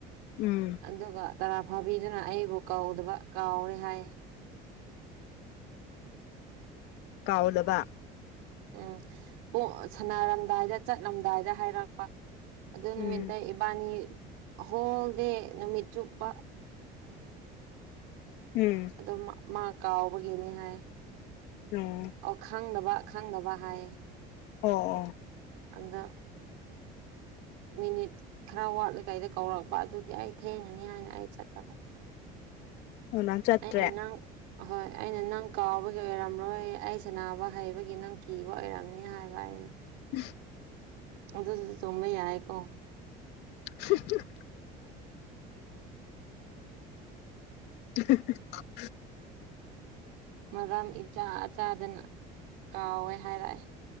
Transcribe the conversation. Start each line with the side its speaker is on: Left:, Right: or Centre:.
Left: ꯎꯝ
Right: ꯑꯗꯨꯒ ꯇꯔꯥ ꯐꯥꯕꯤꯗꯨꯅ ꯑꯩꯕꯨ ꯀꯧꯗꯕ ꯀꯥꯎꯔꯦ ꯍꯥꯏꯌꯦ
Left: ꯀꯥꯎꯗꯕ
Right: ꯎꯝ ꯄꯨꯡ ꯁꯅꯔꯝꯗꯥꯏꯗ ꯆꯠꯂꯝꯗꯥꯏꯗ ꯍꯥꯏꯔꯛꯄ ꯑꯗꯨ
Left: ꯎꯝ
Right: ꯅꯨꯃꯤꯠꯇꯩ ꯏꯕꯥꯟꯅꯤ ꯍꯣꯜꯗꯤ ꯅꯨꯃꯤꯠ ꯆꯨꯞꯄ
Left: ꯎꯝ
Right: ꯑꯗꯨꯝ ꯃꯥ ꯀꯥꯎꯕꯒꯤꯅꯤ ꯍꯥꯏ
Left: ꯎꯝ
Right: ꯑꯣ ꯈꯪꯗꯕ ꯈꯪꯗꯕ ꯍꯥꯏꯌꯦ
Left: ꯑꯣ ꯑꯣ
Right: ꯑꯗ ꯃꯤꯅꯤꯠ ꯈꯔ ꯋꯥꯠꯂꯤꯀꯩꯗ ꯀꯧꯔꯛꯄ ꯑꯗꯨꯗꯤ ꯑꯩ ꯊꯦꯡꯉꯅꯤ ꯍꯥꯏꯅ ꯑꯩ ꯆꯠꯇꯕ
Left: ꯑꯣ ꯅꯪ ꯆꯠꯇ꯭ꯔꯦ
Right: ꯑꯩꯅ ꯅꯪ ꯑꯍꯣꯏ ꯑꯩꯅ ꯅꯪ ꯀꯥꯎꯕꯒꯤ ꯑꯣꯏꯔꯝꯔꯣꯏ ꯑꯩ ꯁꯅꯥꯕ ꯍꯩꯕꯒꯤ ꯅꯪ ꯀꯤꯕ ꯑꯣꯏꯔꯝꯅꯤ ꯍꯥꯏꯕ ꯑꯩꯅ
Left: ꯎ
Right: ꯑꯗꯨ ꯁꯤꯗ ꯆꯣꯡꯕꯩ ꯌꯥꯏꯀꯣ
Left: <inaudible> <unintelligible>
Right: ꯃꯔꯝ ꯏꯆꯥ ꯑꯆꯥꯗꯅ ꯀꯥꯎꯋꯦ ꯍꯥꯏꯔꯛꯑꯦ